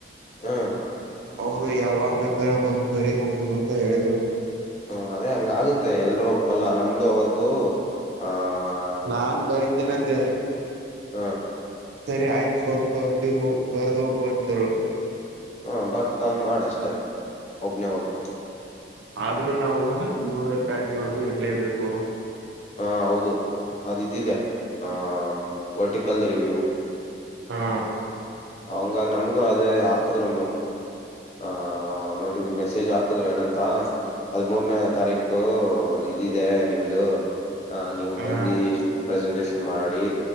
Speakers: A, on the left; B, on the right.
A: ಹ್ಮ್,
B: ಅವ್ರು ಯಾವಾಗ್ ಬೇಕಾರ ಬಂದ್ ಬರಿಬೋದು ಅಂತ ಹೇಳಿದ್ರು.
A: ಹ್ಮ ಅದೇ ಹಂಗ್ ಆಗುತ್ತೆ ಎಲ್ರೂ ಒಪ್ಪಲ್ಲ ನಮ್ದು ಅವತ್ತು ಆಹ.
B: ನಾನ್ ಬರಿತೀನಂದೆ.
A: ಹಾ,
B: ಸರಿ ಆಯ್ತು ಬಂದ್ ಬರ್ದ ಬರ್ದ ಹೋಗು ಅಂದರು
A: ಹ ಬರ್ದ್ಂಗ್ ಮಾಡಷ್ಟೆ ಒಬ್ಬನೇ ಹೋಗು
B: ಆದ್ರೂ ನಾವು ಹದಿಮೂರನೆ ತಾರೀಕವರೆಗೂ ಇರ್ಲೇಬೇಕು
A: ಹಾ ಹೌದು ಅದ ಇದಿದೆ ಆ ವರ್ಟಿಕಲ್ ದ ರಿವ್ಯೂವು
B: ಹಾ
A: ಹಂಗಾಗ ನಮಗೂ ಅದೇ ಹಾಕದ್ರ ಆ ನೋಟಿ ಮೆಸೇಜ್ ಹಾಕಿದ್ರು ಏನಂತ ಅದ್ ಮೂರನೇ ತಾರೀಕು ಹೌದು ಇದಿದೆ ನಿಮ್ದು ಹ ನೀವು
B: ಹಾ
A: ಬಂದಿ ಪ್ರೆಸೆಂಟಷನ್ ಮಾಡಿ